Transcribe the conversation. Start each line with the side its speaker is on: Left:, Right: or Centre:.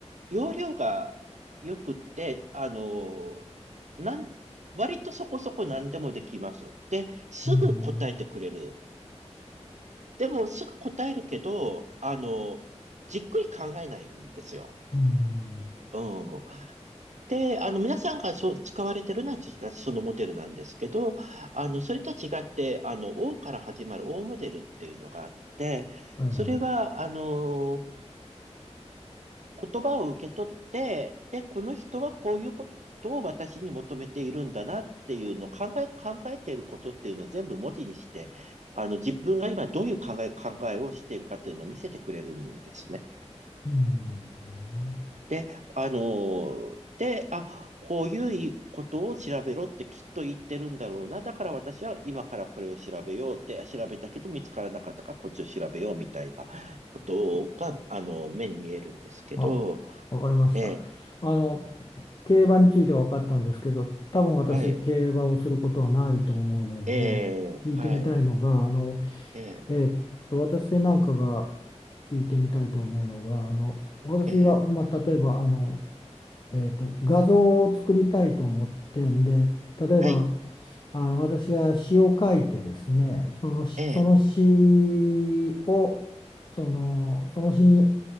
Right: 容量が良くって、あの、なん、割とそこそこ何でもできます。で、すぐ答えてくれる。
Left: うん。
Right: でも、すぐ答えるけど、あの、じっくり考えないんですよ。
Left: うん。
Right: うん。で、あの、皆さんがそう使われてるのは確かそのモデルなんですけど、あの、それとは違って、あの、O から始まる O モデルっていうのがあって、
Left: はいはい。
Right: それは、あの、言葉を受け取って、で、この人はこういうことを私に求めているんだなっていうのを考え、考えていることっていうのを全部文字にして、あの、自分が今どういう考え、考えをしているかっていうのを見せてくれるんですね。
Left: うん。
Right: で、あのーで、あ、こういうことを調べろってきっと言ってるんだろうな。だから私は今からこれを調べよう。で、調べたけど見つからなかったからこっちを調べようみたいなことが、あの、目に見えるんですけど、
Left: あ、わかりました。
Right: えー
Left: あの、競馬については分かったんですけど、多分私、
Right: はい、
Left: 競馬をすることはないと思うので、
Right: えーはい、
Left: 聞いてみたいのが、あの、
Right: えー
Left: えーっと、私なんかが聞いてみたいと思うのが、あの、私が、
Right: えー
Left: まあ、例えば、あの、えーっと、画像を作りたいと思ってんで、例えば、
Right: はい、
Left: あの、私が詩を書いてですね、その詩、
Right: えー
Left: その詩を、その、その詩に